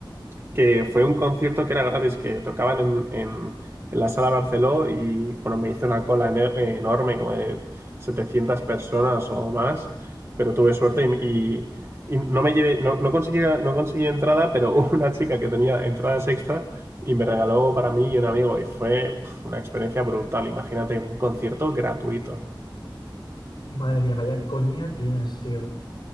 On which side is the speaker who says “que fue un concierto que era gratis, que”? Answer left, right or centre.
Right